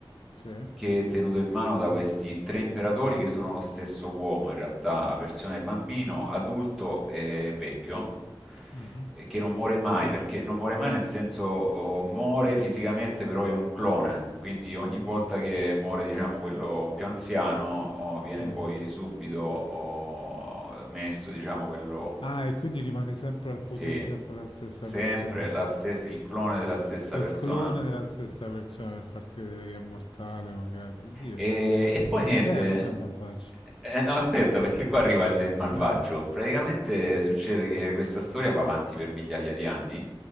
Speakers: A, on the left; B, in the centre.
A: Sì.
B: che è tenuto in mano da questi tre imperatori che sono lo stesso uomo, in realtà, versione bambino, adulto e vecchio,
A: Mhm,
B: e che non muore mai, perché non muore mai nel senso oh, muore fisicamente, però è un clone, quindi ogni
A: mm,
B: volta che muore, diciamo, quello più anziano, oh, viene
A: sì.
B: poi subito oh, messo, diciamo, quello
A: Ah, e quindi rimane sempre al potere
B: sì,
A: sempre la stessa
B: sempre
A: persona.
B: la stessa, il clone della stessa
A: Il
B: persona.
A: clone della stessa persona per far credere che è mortale, magari. Oddio,
B: E, e poi
A: come
B: niente.
A: idea non è malvagio.
B: Eh, no, aspetta, perché qua arriva il il malvagio.
A: Eh,
B: Praticamente succede che questa storia va avanti per migliaia di anni